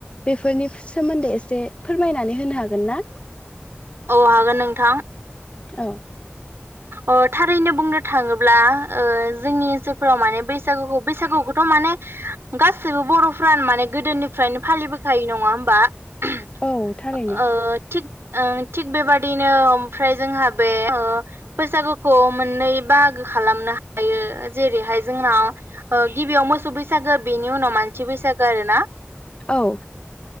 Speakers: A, on the left (about 30°); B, on the right (about 75°).
A: बेफोरनि सोमोन्दै एसे फोरमायनानै होनो हागोन ना?
B: औ हागोन नोंथां।
A: औ
B: अ थारैनो बुंनो थाङोब्ला ओ जोंनि ओनसोलफोराव माने बैसागुखौ बैसागुखौथ' माने गासैबो बर'फ्रानो माने गोदोनिफ्रायनो फालिबोखायो नङा होमबा! <unintelligible>
A: औ थारैनो।
B: ओ थिग ओ थिग बेबादिनो ओमफ्राय जोंहा बे ओ बैसागोखौ मोननै बाहागो खालामनो हायो जेरैहाय जोंनाव ओ गिबियाव मोसौ बैसागो बेनि उनाव मानसि बैसागो आरोना।
A: औ